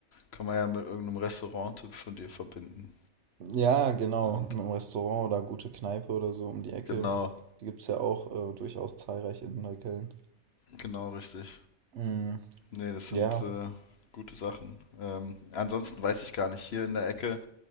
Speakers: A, on the left; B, on the right.
A: Kann man ja mit irgendeinem Restauranttipp von dir verbinden.
B: Ja, genau,
A: Und
B: im Restaurant oder gute Kneipe oder so um die Ecke.
A: genau,
B: Die gibt es ja auch äh, durchaus zahlreich in Neukölln.
A: genau richtig.
B: Mm,
A: Nee, das sind
B: ja,
A: äh, gute Sachen. Ähm, ansonsten weiß ich gar nicht. Hier in der Ecke